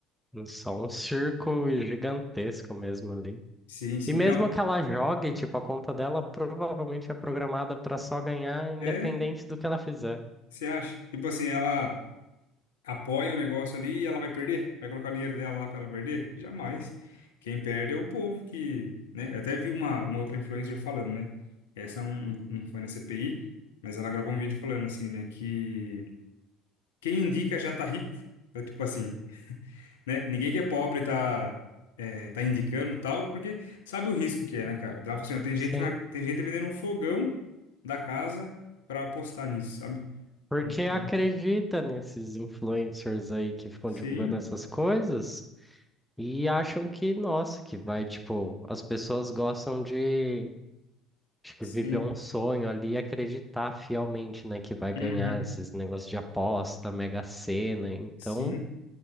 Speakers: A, in the centre; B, on the left.
A: É Só um circo gigantesco mesmo ali.
B: Sim, sim,
A: E mesmo
B: não.
A: que ela jogue, tipo, a conta dela provavelmente é programada para só ganhar, independente
B: É,
A: do que ela fizer.
B: você acha? Tipo assim, ela apoia o negócio ali e ela vai perder? Vai colocar o dinheiro dela lá para ela perder? Jamais. Quem perde é o povo que, né? Eu até vi uma, uma outra influencer falando, né? Essa não, não não foi na CPI, mas ela gravou um vídeo falando assim, né? Que quem indica já tá rico. É tipo assim, né? Ninguém que é pobre tá, é, tá indicando tal, porque sabe o risco que é, né, cara? Ela falou assim, ó, tem gente,
A: Sim.
B: na, tem gente vendendo um fogão da casa para apostar nisso, sabe?
A: Porque
B: Então,
A: acredita nesses influencers aí que ficam
B: sim,
A: divulgando essas coisas e acham que, nossa, que vai, tipo, as pessoas gostam de, acho que
B: sim.
A: viver um sonho ali e acreditar fielmente, né, que vai ganhar
B: Uhum.
A: esses negócios de aposta, Mega Sena. Então.
B: Sim,